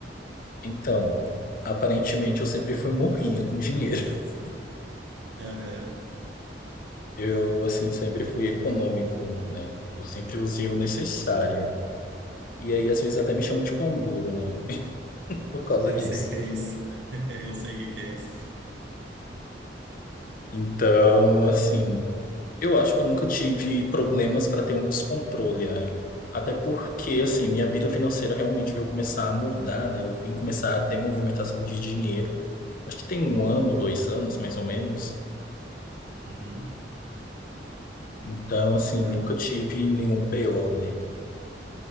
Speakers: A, on the left; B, on the right.
A: Então, aparentemente eu sempre fui morrinha com dinheiro. <laughs>
B: Aham,
A: Eu, assim, sempre fui econômico, né? Eu sempre usei o necessário. E aí, às vezes, até me chamam de pão duro, né? Por causa
B: Eu
A: disso.
B: sei que é isso. <laughs> Eu sei o que que é isso.
A: Então, assim. Eu acho que eu nunca tive problemas para ter um descontrole, né? Até porque, assim, minha vida financeira realmente veio começar a mudar, né? Eu vim começar a ter movimentação de dinheiro. Acho que tem um ano, dois anos, mais ou menos.
B: Uhum.
A: Então, assim,
B: Ah,
A: nunca tive nenhum BO, né?